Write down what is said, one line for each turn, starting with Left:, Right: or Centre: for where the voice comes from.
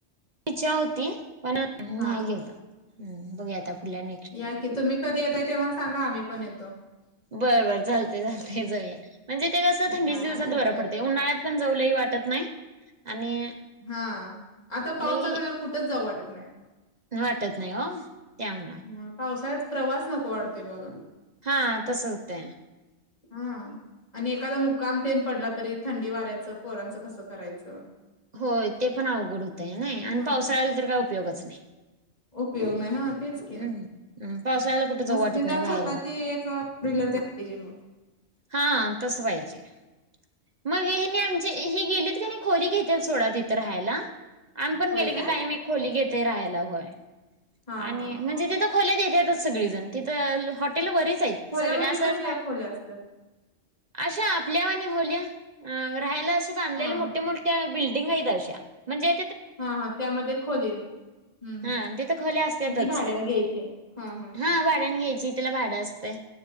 Right: इच्छा होती पण नाही
Left: हा
Right: गेलं हम्म बघू आता पुढल्या नेक्स्ट
Left: या की तुम्ही कधी येताय तेव्हा सांगा आम्ही पण येतो.
Right: बरं बर चालतंय चालतंय जाऊया म्हणजे ते कसं थंडीच्या
Left: हा
Right: दिवसात
Left: जाऊया
Right: बर पडते उन्हाळ्यात पण जाऊ लई वाटत नाही आणि
Left: हा आता पाऊस
Right: लई
Left: चालू झाल्यावर कुठंच जाऊ वाटत नाही.
Right: वाटत नाही हो त्यामुळे
Left: हा पावसाळ्यात प्रवास नको वाटतय बघा
Right: हा तसं होतय.
Left: हा आणि एखादा मुकाम तेन पडला तरी थंडी वाऱ्याचं पोरांचं कसं करायचं.
Right: होय ते पण अवघड होतय नाही आणि
Left: हा
Right: पावसाळ्याला तर काय उपयोगच नाही.
Left: उपयोग नाही हा तेच की
Right: हम्म. हम्म पावसाळ्याला कुठं जाऊ
Left: तसं
Right: वाटत
Left: निदान
Right: नाही बाहेर
Left: स्वतःची
Right: येऊन
Left: एक फोरविलर पाहिजे मग
Right: हा तसं पाहिजे. मग हेणी हेणी आमचे हे गेलीत का नाही खोली घेत्यात सोडा तिथं राहायला. आम्ही पण
Left: होय
Right: गेले की
Left: काय
Right: कायम एक खोली घेतोय राहायला होय
Left: हा
Right: आणि
Left: हा
Right: म्हणजे तिथं खोल्यात देतातच सगळीजण तिथं हॉटेल बरीच आहेत.
Left: खोल्या
Right: सगळे
Left: म्हणजे
Right: असं
Left: कसल्या
Right: पाय
Left: खोल्या असत्यात
Right: अशा आपल्या वाणी खोल्या अ राहायला असे बांधलेले
Left: हा
Right: मोठे-मोठे
Left: हा
Right: त्या बिल्डिंग आहेत अश्या म्हंजे
Left: हा हा त्यामध्ये खोली हम्म
Right: हा
Left: हम्म
Right: तिथं खोल्या असत्यातच
Left: ती भाड्यान घ्यायची हाय हा हा
Right: हा भाड्यानं घ्यायची तिला भाडं असतय.